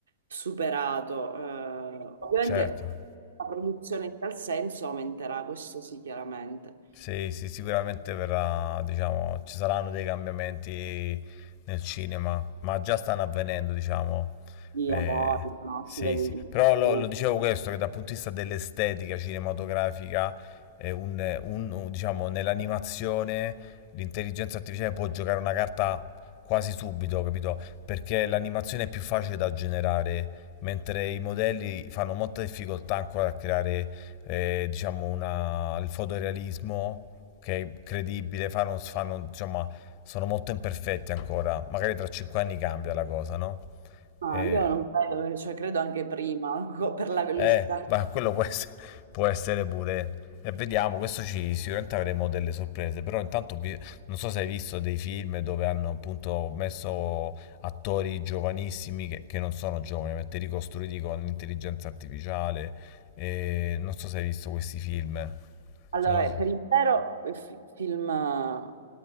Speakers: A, on the right; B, on the left.
A: superato. Eh, ovviamente
B: Certo.
A: la produzione in tal senso aumenterà, questo sì, chiaramente.
B: Sì, sì, sicuramente verrà, diciamo, ci saranno dei cambiamenti nel cinema, ma già stanno avvenendo, diciamo.
A: Di
B: Eh,
A: lavoro, no?
B: sì,
A: Si vede
B: sì.
A: di
B: Però lo,
A: tutto.
B: lo dicevo questo, che dal punto di vista dell'estetica cinematografica, eh, un- un- un- diciamo, nell'animazione l'intelligenza artificiale può giocare una carta quasi subito, capito? Perché l'animazione è più facile da generare, mentre i modelli fanno molta difficoltà ancora a creare eh, diciamo una, il fotorealismo che è credibile, fanno, fanno, diciamo, sono molto imperfetti ancora, magari tra cinque anni cambia la cosa, no?
A: Ah,
B: E...
A: io non credo, cioè credo anche prima, co- per la velocità.
B: Eh, ma quello può essere, può essere pure. E vediamo, questo ci sicuramente avremo delle sorprese, però intanto vi- non so se hai visto dei film dove hanno appunto messo attori giovanissimi che, che non sono giovani, ovviamente ricostruiti con l'intelligenza artificiale. E non so se hai visto questi film.
A: Allora,
B: Cioè, non
A: eh,
B: so-
A: per intero eh, fi- film eh,